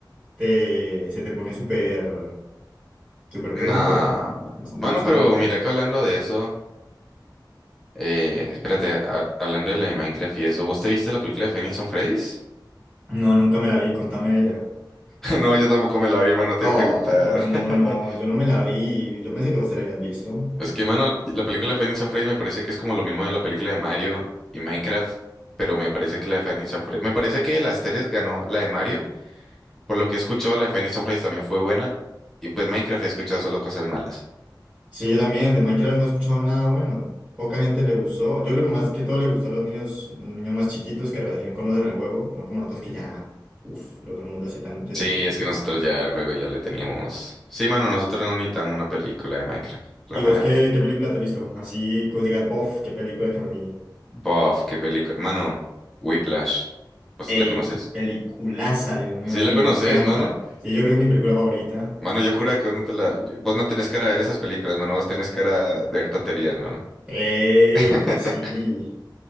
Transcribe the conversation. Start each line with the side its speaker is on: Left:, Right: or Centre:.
Right: te, se te pone súper, súper
Centre: No,
Right: qué, súper
Centre: mano.
Right: dulzada
Centre: Mano, pero
Right: la boca.
Centre: mira que hablando de eso... Eh, espérate, a- hablando de la de Minecraft y eso, ¿vos te viste la película de Phoenix on Freddy's?
Right: No, nunca me la vi, contame de ella.
Centre: <laughs> No, yo tampoco me la vi, mano, te
Right: Oh,
Centre: iba a preguntar.
Right: cómo
Centre: <laughs>
Right: no, yo no me la vi. Yo pensé que vos te la habías visto.
Centre: Es que, mano, la película de Five and Freddy's me parece que es como lo mismo de la película de Mario y Minecraft, pero me parece que la de Five and Freddy's... Me parece que de las tres ganó la de Mario. Por lo que he escuchado, la de Five and Freddy's también fue buena. Y pues Minecraft he escuchado solo cosas malas.
Right: Sí, yo también, de Minecraft no he escuchado nada bueno. Poca gente le gustó. Yo creo que más que todo le gustó a los niños, niños más chiquitos que recién conocen el juego, no como nosotros que ya, uff, lo conocemos desde hace tan, desde
Centre: Sí,
Right: tiempo.
Centre: es que nosotros ya el juego ya le teníamos... Sí, mano, nosotros no necesitamos una película de Minecraft, la
Right: ¿Y
Centre: real.
Right: vos qué, qué película te has visto? Así que os digas, bof, qué película que me vi.
Centre: Buff, qué película... Mano, Whiplash. Pues,
Right: Ey,
Centre: ¿la conoces?
Right: peliculaza, Dios mío,
Centre: Sí, la
Right: me
Centre: conoces,
Right: encanta.
Centre: mano.
Right: Sí, yo creo que es mi película favorita.
Centre: Mano, yo juro que vos no, te la... vos no tenés cara de ver esas películas, mano. Vos tenés cara de ver tonterías, mano.
Right: Ey,
Centre: <laughs>
Right: ¿cómo así?